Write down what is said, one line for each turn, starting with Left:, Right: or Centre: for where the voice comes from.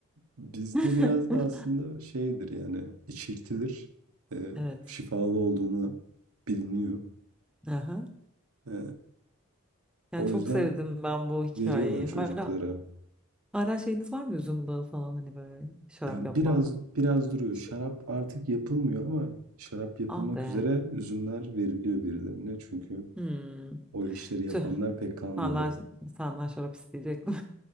Right: bizde
Centre: <laughs>
Right: biraz da aslında şeydir yani içirtilir. E,
Centre: Evet.
Right: şifalı olduğunu biliniyor.
Centre: Aha.
Right: E,
Centre: Ya
Right: o
Centre: çok
Right: yüzden
Centre: sevdim ben bu hikayeyi.
Right: veriyorlar çocuklara.
Centre: Hala hala şeyiniz var mı üzüm bağı falan hani böyle şarap
Right: Yani
Centre: yapma.
Right: biraz biraz duruyor.
Centre: Şey.
Right: Şarap artık yapılmıyor ama şarap yapılmak
Centre: Ah be.
Right: üzere üzümler veriliyor birilerine. Çünkü
Centre: Hmm.
Right: o işleri yapanlar
Centre: Tüh,
Right: pek kalmadı.
Centre: senden, senden şarap isteyecektim.